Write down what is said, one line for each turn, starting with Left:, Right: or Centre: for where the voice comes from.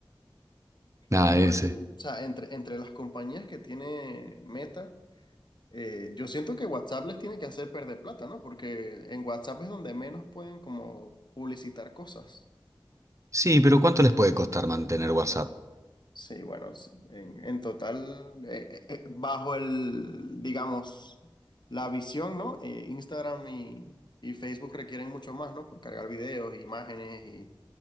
Right: Nada,
Left: Igual,
Right: ese.
Left: o sea, entre, entre las compañías que tiene Meta, eh, yo siento que WhatsApp les tiene que hacer perder plata, ¿no? Porque en WhatsApp es donde menos pueden como publicitar cosas.
Right: Sí, pero ¿cuánto les puede costar mantener WhatsApp?
Left: Sí, bueno, sí, en, en total, eh, eh, eh, bajo el, digamos, la visión, ¿no? Eh, Instagram y, y Facebook requieren mucho más, ¿no? Por cargar videos, imágenes